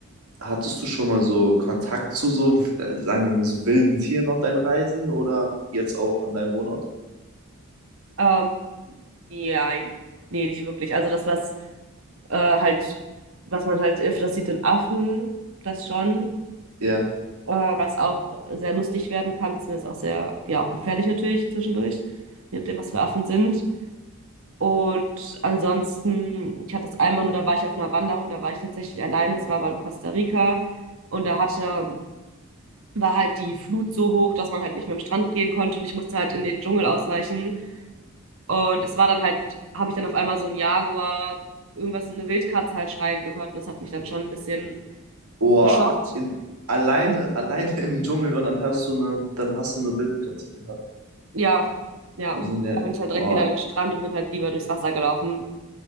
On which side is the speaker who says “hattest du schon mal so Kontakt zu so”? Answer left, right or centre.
Right